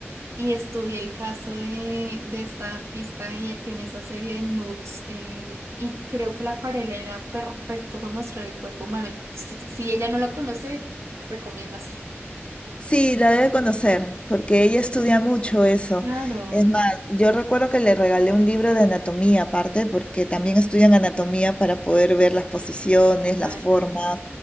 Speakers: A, on the right; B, on the left.
A: Y estudié el caso de, de esta artista y él tiene esa serie de nudes eh, y creo que la acuarela era perfecto para mostrar el cuerpo humano. Y Si, si ella no lo conoce, recomiendo hacerlo.
B: Sí, la debe conocer, porque ella estudia mucho eso.
A: Claro,
B: Es más, yo recuerdo que le regalé un libro de anatomía aparte, porque también estudian anatomía para poder ver las posiciones, las
A: ay,
B: formas,